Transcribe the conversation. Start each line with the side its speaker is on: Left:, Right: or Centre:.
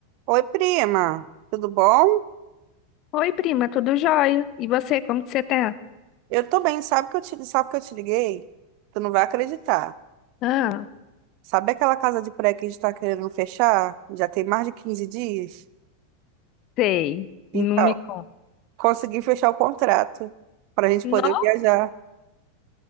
Right: Oi, prima, tudo bom?
Left: Oi, prima, tudo jóia? E você, como que você tá?
Right: Eu tô bem, sabe que eu te, sabe que eu te liguei? Tu não vai acreditar.
Left: Ah,
Right: Sabe aquela casa de praia que a gente tá querendo fechar? Já tem mais de 15 dias?
Left: Sei,
Right: Então,
Left: não me conta.
Right: consegui fechar o contrato pra gente
Left: no-
Right: poder viajar.